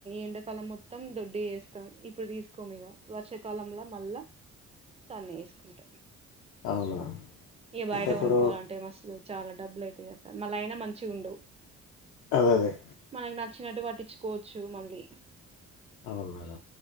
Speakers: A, on the right; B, on the left.
A: ఎండకల మొత్తం దొడ్డి వేస్తాం ఇప్పుడు తీసుకోము ఇగా వర్షాకాలంంలో మళ్ళా సన్న వేసుకుంటాం
B: అవునా
A: ఇక
B: అంటే
A: బయట
B: ఇప్పుడు
A: కొనుక్కోవాలంటే మస్తు చాలా డబ్బులు అయితే కద సార్ మళ్ళ అయినా మంచి ఉండవు
B: అదే అదే
A: మనకి నచ్చినట్టు వా పట్టించుకోవచ్చు మళ్ళీ
B: అవున